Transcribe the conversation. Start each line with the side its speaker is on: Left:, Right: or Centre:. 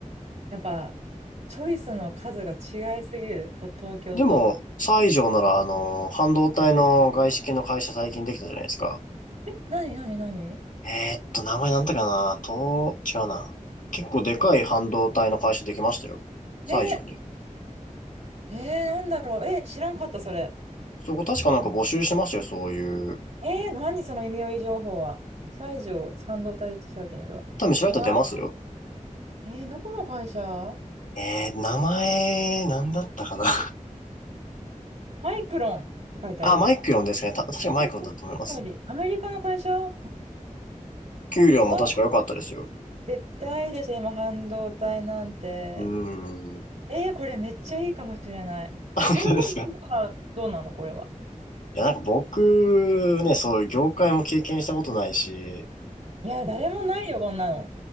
Right: やっぱチョイスの数が違いすぎる、こ、東京と。
Left: でも、西条ならあの、半導体の外資系の会社最近できたじゃないですか。
Right: なになになに
Left: えーっと、名前なんだっけかなと、違うな。結構でかい半導体の会社できましたよ。西条に。
Right: ねえ、えー、なんだろう。え、知らんかった、それ。
Left: そこ確かなんか募集してましたよ、そういう。
Right: えー、何その耳寄り情報は。西条半導体で調べてみるわ。広島。
Left: 多分調べたら出ますよ。
Right: えー、どこの会社
Left: えー、名前、なんだったかな。<laughs>
Right: マイクロンって書いてある。
Left: あ、マイクロンですかね。た、確かマイクロンだと思います。
Right: マイクロン通りアメリカの会社え
Left: 給料も確か良かったですよ。
Right: ー、わ、絶対です、今、半導体なんて。
Left: うーん。
Right: えー、これめっちゃいいかもしれない。
Left: <laughs> あ、
Right: え、
Left: 本当ですか。
Right: それこそ、あどうなのこれは。
Left: いや、なんか僕、ね、そういう業界も経験したことないし、
Right: いや、誰もないよ、こんなの。